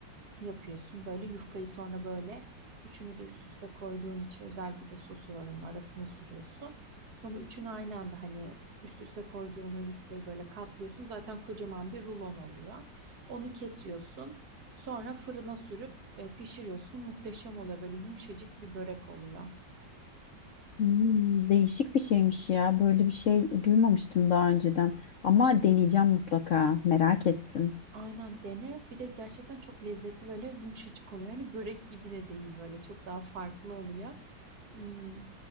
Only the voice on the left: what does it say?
Hmm, değişik bir şeymiş ya. Böyle bir şey duymamıştım daha önceden. Ama deneyeceğim mutlaka. Merak ettim.